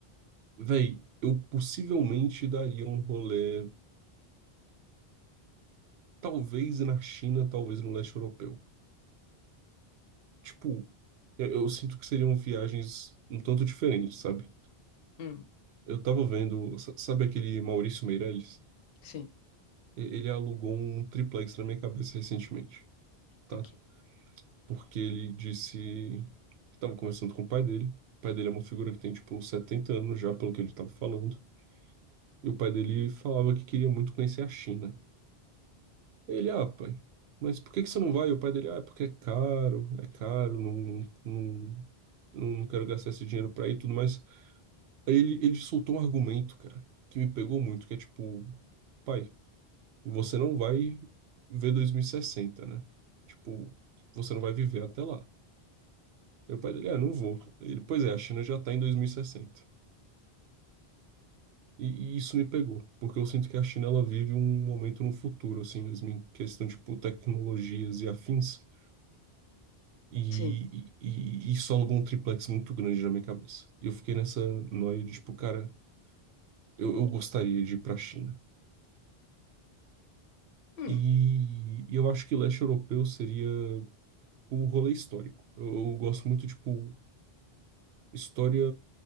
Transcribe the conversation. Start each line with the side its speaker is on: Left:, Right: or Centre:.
Right: Véi, eu possivelmente daria um rolê, talvez na China, talvez no leste europeu. Tipo, eu, eu sinto que seriam viagens um tanto diferentes, sabe?
Left: Hum,
Right: Eu tava vendo, sa- sabe aquele Maurício Meirelles?
Left: sim,
Right: E- Ele alugou um triplex na minha cabeça recentemente, tá?
Left: ok.
Right: Porque ele disse que tava conversando com o pai dele. O pai dele é uma figura que tem, tipo, uns 70 anos já, pelo que ele tava falando. E o pai dele falava que queria muito conhecer a China. Ele, ah, pai, mas por que que você não vai? E o pai dele, ah, é porque é caro, é caro, não, não, não, não quero gastar esse dinheiro pra ir e tudo mais. Aí ele, ele soltou um argumento, cara, que me pegou muito, que é tipo, pai, você não vai ver 2060, né? Tipo, você não vai viver até lá. Aí o pai dele, ah, não vou. Ele, pois é, a China já tá em 2060. E, e isso me pegou, porque eu sinto que a China ela vive um momento no futuro, assim mesmo, em questão de tipo, tecnologias e afins, e,
Left: Sim.
Right: e, e isso alugou um triplex muito grande na minha cabeça. E eu fiquei nessa noia de, tipo, cara, eu, eu gostaria de ir pra China.
Left: Hum,
Right: E, e eu acho que leste europeu seria o rolê histórico. Eu, eu gosto muito, tipo, história